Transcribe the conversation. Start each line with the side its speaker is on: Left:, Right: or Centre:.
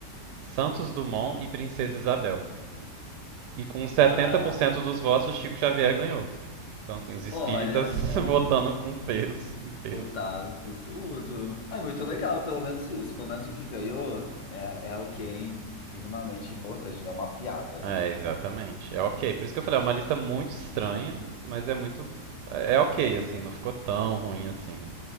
Right: Santos Dumont e Princesa Isabel. E com 70%
Left: ah,
Right: dos votos, Chico Xavier ganhou. Então, assim, os espíritas
Left: olha só,
Right: <laughs> votando com peso, em peso.
Left: voltaram com tudo. É muito legal, pelo menos isso. Pelo menos o que ganhou é, é alguém minimamente importante, não é uma piada,
Right: É,
Left: né?
Right: exatamente. É ok. Por isso que eu falei, é uma lista muito estranha, mas é muito. É ok, assim, não ficou tão ruim assim.